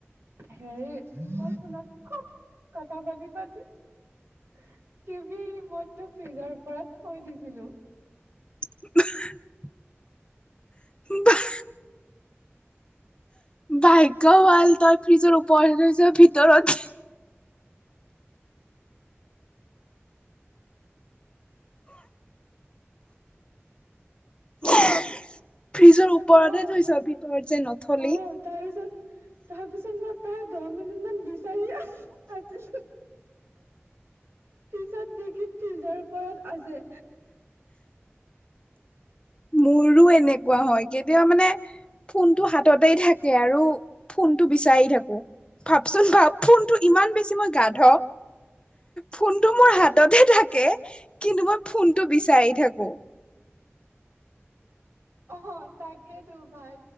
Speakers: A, on the right; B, on the left.
A: হেৰি মই ফোনত খুব কথা পাতি পাতি টিভি ৰিমট টো ফ্ৰিজৰ ওপৰত থৈ দিছিলো
B: <unintelligible> বাহ ভাগ্য ভাল তই ফ্ৰিজৰ ওপৰতে থৈছ ভিতৰত ফ্ৰিজৰ ওপৰতে
A: অ',
B: থৈছ ভিত তৰত যে নথলি
A: অ তাৰপিছত তাৰপিছত মই তই দহ মিনিট মান বিচাৰি আছো আছিলো পিছত দেখিছো ফ্ৰিজৰ ওপৰত আছে
B: মোৰো এনেকুৱা হয় কেতিয়াবা মানে ফোনটো হাততেই থাকে আৰু ফোনটো বিচাই থাকো ভাবচোন ভাব ফোনটো ইমান বেছি মই গাধ ফোনটো মোৰ হাততে থাকে কিন্তু মই ফোনটো বিচাৰি থাকো
A: অ তাকে তো ভাল